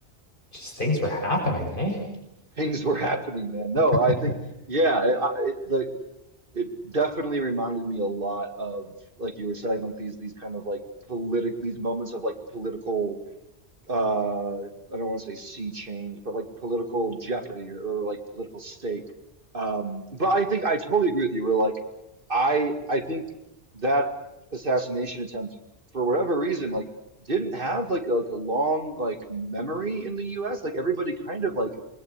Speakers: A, on the left; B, on the right.
A: just things were happening, hey?
B: things were happening, man. No,
A: <laughs>
B: I think yeah, I, I, it, like, it definitely reminded me a lot of like you were saying like these these kind of like politic these moments of like political uh I don't want to say sea change but like political jeopardy or, or like political stake um but I think I totally agree with you we're like I I think that assassination attempt for whatever reason like didn't have like a, like a long like memory in the US like everybody kind of like